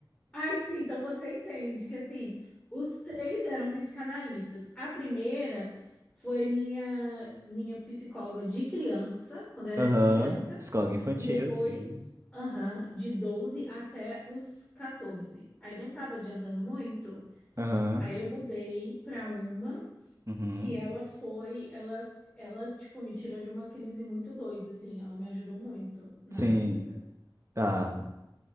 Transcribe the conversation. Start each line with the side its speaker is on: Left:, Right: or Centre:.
Left: Ai, sim, então você entende que assim, os três eram psicanalistas. A primeira foi minha minha psicóloga de criança, quando eu era
Right: Aham.
Left: criança,
Right: Psicólogo infantil,
Left: e depois,
Right: sim.
Left: aham, de 12 até os 14. Aí não tava adiantando muito.
Right: Aham.
Left: Aí eu mudei para uma
Right: Uhum.
Left: que ela foi, ela ela tipo me tirou de uma crise muito doida, assim, ela me ajudou muito na
Right: Sim,
Left: época.
Right: tá.